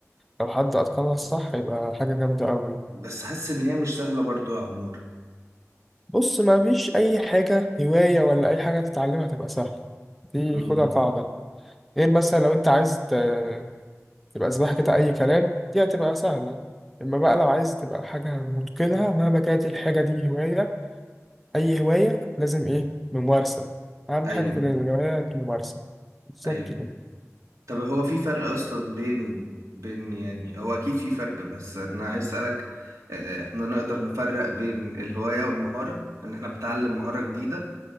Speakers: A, in the centre; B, on the right.
A: لو حد أتقنها صح هيبقى حاجة جامدة أوي
B: بس حاسس ان هي مش سهلة برضو يا عمور
A: بص ما فيش أي حاجة هواية ولا أي حاجة تتعلمها تبقى سهلة دي
B: امم
A: خدها قاعدة غير مثلا لو أنت عايز ت- تبقى سباحة كده أي كلام دي هتبقى سهلة إما بقى لو عايز تبقى حاجة متقنها مهما كانت الحاجة دي هواية أي هواية لازم إيه ممارسة أهم
B: ايوه
A: حاجة في الهوايات ممارسة بالظبط
B: ايوه
A: كده
B: طب هو في فرق اصلا بين بين يعني هو اكيد في فرق بس انا عايز اسالك آه، آه، احنا نقدر نفرق بين الهواية والمهارة ان احنا بنتعلم مهارة جديدة